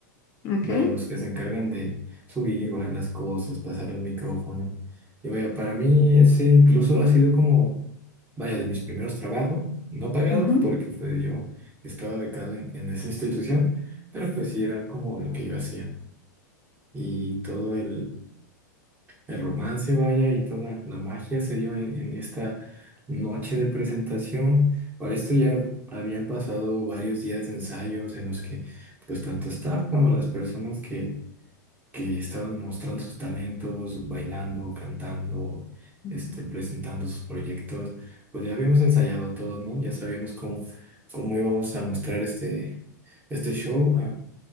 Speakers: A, on the left (about 30°); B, on the right (about 15°).
A: Ok.
B: Vaya, los que se encargan de subir, bajar las cosas, pasar los micrófonos Y vaya, para mí ese incluso ha sido como, vaya, de mis primeros trabajos, no pagados,
A: Ajá.
B: porque pues yo estaba becado en, en esa institución, pero pues sí era como lo que yo hacía. Y todo el, el romance, vaya, y toda la magia se dio en, en esta noche de presentación. Para esto ya habían pasado varios días de ensayos en los que pues tanto staff como las personas que que estaban mostrando sus talentos, bailando, cantando,
A: Ujú.
B: este, presentando sus proyectos. Pues ya habíamos ensayado todos, ¿no? Ya sabíamos cómo, cómo íbamos a mostrar este, este show a,